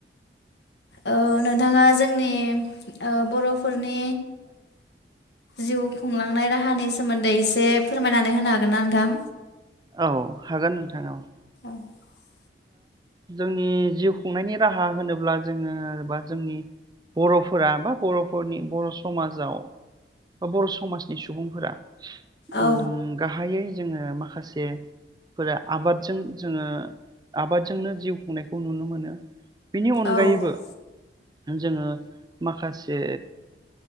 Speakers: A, on the left; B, on the right.
A: ओ नोंथाङा जोंनि ओ बर'फोरनि जिउ खुंलांनाय राहानि सोमोन्दै एसे फोरमायनानै होनो हागोन ना नोंथां
B: औ हागोन नोंथां औ
A: <inaudible>
B: जोंनि जिउ खुंनायनि राहा होनोब्ला जोङो बा जोंनि बर'फोरा बा बर'फोरनि बर' समाजाव बा बर' समाजनि सुबुंफोरा ओम
A: औ
B: गाहायै जोङो माखासेफोरा आबादजों जोङो आबादजोंनो जिउ खुंनायखौ नुनो मोनो बिनि अनगायैबो
A: औ
B: जोङो माखासे